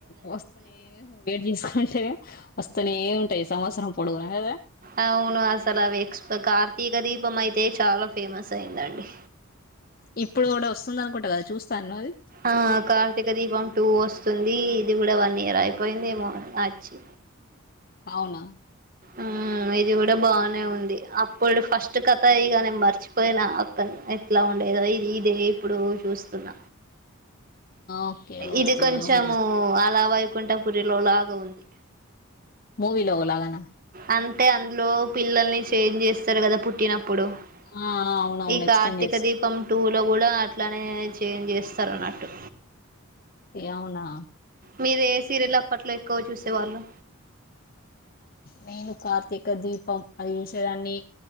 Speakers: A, on the left; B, on the right.
A: వస్తనే వెయిట్ చేసుకుంటనే వస్తనే ఉంటయి సంవత్సరం పొడుగున కదా.
B: అవును అసలు అవి ఎక్స్ కార్తీక దీపం అయితే చాలా ఫేమస్ అయిందండి.
A: ఇప్పుడు కూడా వస్తుంద అనుకుంటా కదా చూస్తాండ్రా అది?
B: ఆ కార్తీక దీపం టూ వస్తుంది ఇది గుడ వన్ ఇయర్ అయిపోయిందేమో వచ్చి
A: అవునా
B: ఆ ఆ ఇది గుడ బాగనే ఉంది అప్పుడు ఫస్ట్ కథ ఇగ నేను మర్చిపోయిన అక్కన్ ఎట్లా ఉండే లేదో ఇది ఇదే ఇప్పుడు చూస్తున్న.
A: ఓకే ఓకే
B: ఇది కొంచము
A: అవునా
B: అలా వైకుంఠపురిలో లాగా ఉంది.
A: మూవీలోవు లాగన
B: అంటే అందులో పిల్లల్ని చేంజ్ చేస్తారు కదా పుట్టినప్పుడు ప్పుడు
A: ఆ అవునవును
B: ఈ కార్తీక
A: ఎక్స్చేంజ్ చేస్త
B: దీపం టూ లో కూడా అట్లానే చేంజ్ చేస్తారు అన్నట్టు
A: ఏ అవునా
B: మీరు ఏ సీరియల్ అప్పట్లో ఎక్కువ చూసేవాళ్ళు
A: నేను కార్తీక దీపం అది చూసేదాన్ని